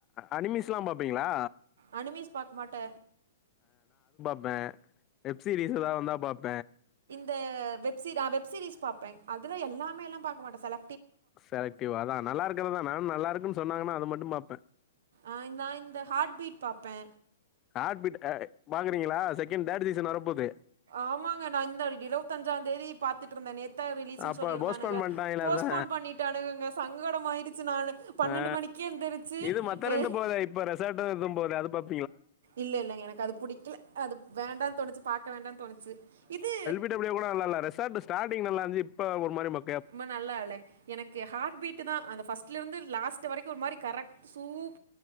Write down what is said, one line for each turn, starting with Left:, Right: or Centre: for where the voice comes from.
Left: அனிமிஸ்ல்லா பாப்பீங்ளா
Right: அனிமிஸ் பாக்மாட்ட
Left: ப வெப் சீரிஸ் ஏதாவ் வந்தா பாப்ப
Right: த வெப் சீரி ஆ வெப் சீரிஸ் பாப்பேங் அதுல எல்லாமேல்லா பாக்க மாட்ட செல
Left: செலக்டிவ்வா அதா நல்லா இருக்றதா நானு நல்லா இருக்குன் சொன்னாங்னா அத மட்டு பாப்பே
Right: ஆ நா இந்த ஹார்ட் பீட் பாப்பே
Left: ஹாட் பீட் அ பாக்குறீங்களா செகண்ட் தேட் சீசன் வரப்போது
Right: ஆமாங்க நா இந்த இருவத்தஞ்சாந்தேதி பாத்துட்ருந்த நேத் தா ரிலீஸுன்
Left: அப்ப
Right: சொல்லிருந்தானுக
Left: போஸ்ட்போன் பண்ட்டாங்களே
Right: போஸ்பாண்ட்
Left: அதா
Right: பண்ணிட்டானுகங்க சங்கடமாயிரிச்சி நானு பன்னெண்டு
Left: ஆ
Right: மணிக்கே எந்திரிச்சு
Left: இது மத்த
Right: அஹ்
Left: ரெண்டு போவ்தே இப்ப ரெசாட்டு இதும் போதே அது பாப்
Right: இல்ல இல்லங்க எனக்கு அது புடிக்கில அது வேண்டான் தோணுச்சி பாக்க வேண்டான் தோணுச்சி இதூ
Left: எப் டபிள்யூ கூட நல்லால்ல ரெசாட்டு ஸ்டாட்டிங் நல்லாந்த்ச்சி இப்ப ஒரு மாரி மக்
Right: ரொம்ப நல்லா இல்ல எனக்கு ஹாட் பீட்டுதா அந்த ஃபஸ்ட்லருந்து லாஸ் ச வரைக்கு ஒரு மாரி கரெக் சூப்